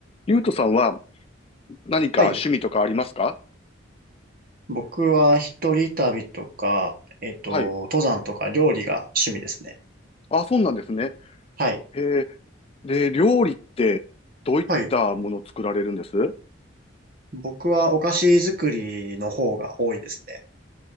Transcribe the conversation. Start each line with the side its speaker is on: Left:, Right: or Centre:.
Left: ゆうとさんは何か趣味とかありますか
Right: はい。僕は一人旅とか、えっと、
Left: はい。
Right: 登山とか料理が趣味ですね。
Left: あ、そうなんですね。
Right: はい。
Left: へえ。で、料理ってどういったものを作られるんです
Right: はい。僕はお菓子作りの方が多いですね。